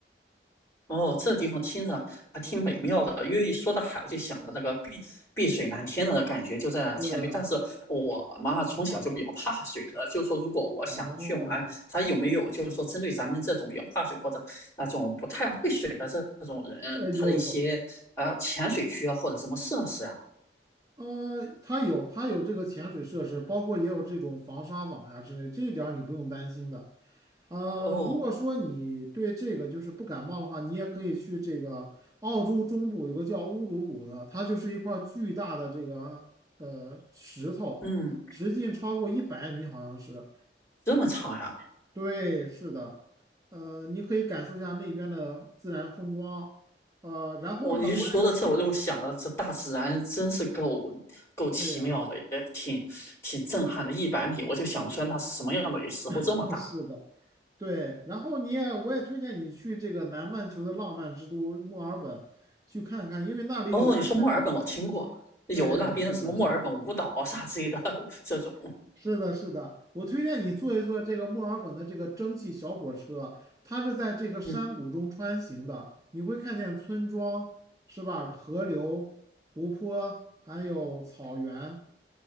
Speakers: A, on the left; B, on the right.
A: 哦，这地方听着还挺美妙的，
B: 嗯，
A: 因为一说到海，我就想到那个碧碧水蓝天的感觉就在那潜水。
B: 对，
A: 但是我嘛，从小就比较怕水的，就是说，如果我想去玩，
B: 哦，
A: 它有没有就是说针对咱们这种比较怕水或者那种不太会水的这这种人，
B: 呃，有有，
A: 他的一些呃潜水区啊或者什么设施啊？
B: 呃，它有它有这个潜水设施，包括也有这种防沙网呀、之类，这一点儿你不用担心的。呃，
A: 哦，
B: 如果说你对这个就是不感冒的话，你也可以去这个澳洲中部有个叫乌鲁鲁的，它就是一块儿巨大的这个呃石头，
A: 嗯，
B: 直径超过一百米，好像是。
A: 这么长呀、
B: 对，是的，呃，你可以感受一下那边的自然风光。呃，然后呢，
A: 我一说到这，
B: 我
A: 我就想到这大自然真是够够奇妙的，
B: 也对呀、
A: 也挺挺震撼的。一百米，我就想不出来它是什么样的，有时候这么大。
B: <laughs> 是的，对，然后你也我也推荐你去这个南半球的浪漫之都墨尔本去看看，因为那里有南半球。
A: 哦，你说墨尔本，我听过有那边什么墨尔本舞蹈啊啥之类的这种，
B: 对，是的，是的。是的，是的，我推荐你坐一坐这个墨尔本的这个蒸汽小火车，它是在这个山谷中穿行的，
A: 嗯
B: 你会看见村庄，是吧？河流、湖泊，还有草原。